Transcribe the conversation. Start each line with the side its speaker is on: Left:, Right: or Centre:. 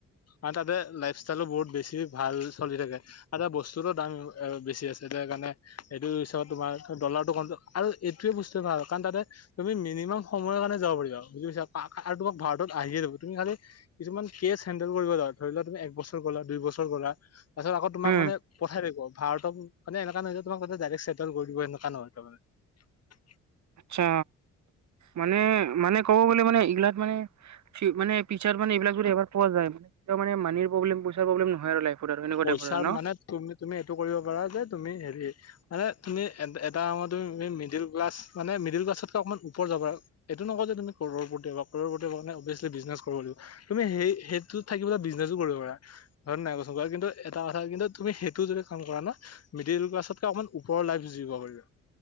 Left: আৰু তাতে লাইফ ষ্টাইলো বহুত বেছি ভাল চলি থাকে আৰু তাত বস্তুতো দাম এ বেছি আছে এতিয়া কাৰণে সেইটো পিছত তোমাৰ ডলাৰটো কম আৰু এইটোৱে বস্তু ভাল কাৰণ তাতে তুমি মিনিমাম সময়ৰ কাৰণে যাব পাৰিবা বুজিছা <unintelligible> আৰু তোমাক ভাৰতত আহিয়ে যাব তুমি খালি কিছুমান কেচ হেন্ডেল কৰিবা তাত। ধৰি লোৱা তুমি এক বছৰ গ'লা, দুই বছৰ গ'লা তাৰ পিছত আকৌ তোমাক
Right: উম
Left: মানে পঠাই থাকিব। ভাৰতত, মানে এনেকুৱা নহয় যে তোমাক হয়তো ডাইৰেক্ট চেটেল কৰি দিব এনেকুৱা নহয় তাৰ মানে।
Right: আচ্ছা মানে-মানে ক'ব গ'লে মানে এইগিলাত মানে। মানে ফিচাৰ মানে এইবিলাক যদি এবাৰ পোৱা যায় মানে মানিৰ প্ৰব্লেম, পইচাৰ প্ৰব্লেম নহয় আৰু লাইফত। আৰু এনেকুৱা
Left: পইচা
Right: টাইপৰ আৰু ন?
Left: মানে তুম-তুমি এইটো কৰিব পাৰা যে তুমি হেৰি মানে তুমি এ-এটা সময়ত তুমি মিডিল ক্লাছ মানে মিডিল ক্লাছতকে অকমান ওপৰ যাব আৰু এইটো নকও যে তুমি কৰৰপতি হবা, কৰৰপতি হ'বলৈ তুমি অবভিয়াছলি বিজনেছ কৰিব লাগিব। তুমি সেই-সেইটোত থাকিব বিজনেছো কৰিব পাৰা। হয় নে নাই কোৱাচোন? তেনেকুৱা কিন্তু এটা কথা কিন্তু তুমি সেইটো যদি কাম কৰা না মিডিল ক্লাছতকৈ অকমান ওপৰৰ লাইফ যিব পাৰিবা।